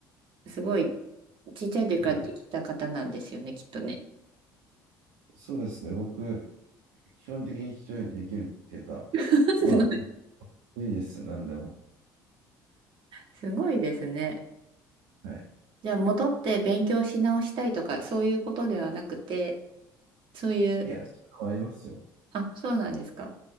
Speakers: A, on the right; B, on the right.
A: すごいちっちゃい時からできた方なんですよね、
B: はい。
A: きっとね。
B: そうですね、僕、基本的に一人でできるっていうか、
A: <laughs> すごい、
B: まあ、いいです、なんでも。
A: すごいですね。
B: はい。
A: じゃあ戻って勉強し直したいとかそういうことではなくて、そういう、
B: いや、そういうのはありますよ。
A: あ、そうなんですか。